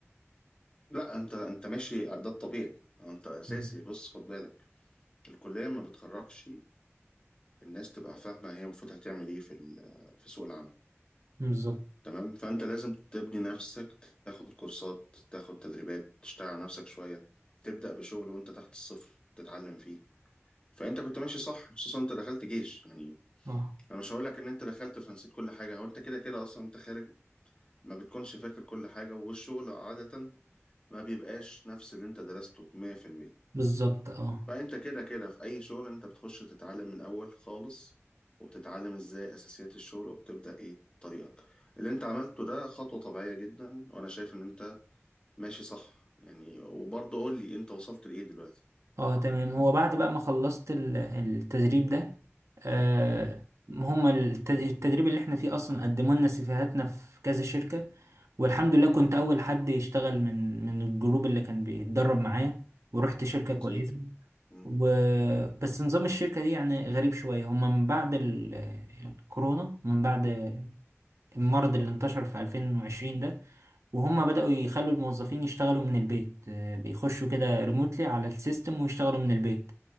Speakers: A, on the left; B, on the right.
A: لا انت انت ماشي ده الطبيعي أه، انت اساسي
B: مم.
A: بص خد بالك الكليه ما بتخرجش الناس تبقى فاهمه هي المفروض هتعمل ايه في ال- في سوق العمل
B: بالظبط
A: تمام فانت لازم تبني نفسك تاخد كورسات تاخد تدريبات تشتغل على نفسك شويه تبدا بشغل وانت تحت الصفر تتعلم فيه فانت كنت ماشي صح خصوصا انت دخلت جيش يعني
B: أه
A: انا مش هقول لك ان انت دخلت فنسيت كل حاجه هو انت كده كده اصلا انت خارج ما بتكونش فاكر كل حاجه والشغل عاده ما بيبقاش نفس اللي انت درسته 100%
B: بالظبط أه
A: فانت كده كده في اي شغل انت بتخش تتعلم من الاول خالص وبتتعلم ازاي اساسيات الشغل وبتبدا ايه طريقك اللي انت عملته ده خطوه طبيعيه جدا وانا شايف ان انت ماشي صح يعني وبرضه قول لي انت وصلت لايه دلوقتي
B: اه تمام هو بعد بقى ما خلصت ال- التدريب ده آه هم الت- التدريب اللي احنا فيه اصلا قدموا لنا سيفيهاتنا في كذا شركة والحمد لله كنت اول حد يشتغل من من الجروب اللي كان بيتدرب معايا ورحت شركة
A: عظيم
B: كويسة
A: مم.
B: و... بس نظام الشركة دي يعني غريب شوية هم من بعد ال... الكورونا من بعد المرض اللي انتشر في 2020 ده وهم بدأوا يخلوا الموظفين يشتغلوا من البيت آه، بيخشوا كده ريموتلي على السيستم ويشتغلوا من البيت